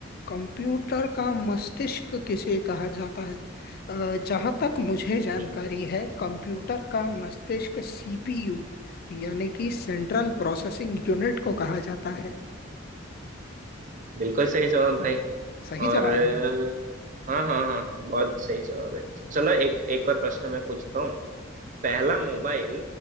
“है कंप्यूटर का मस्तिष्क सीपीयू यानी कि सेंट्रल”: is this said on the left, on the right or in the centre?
Left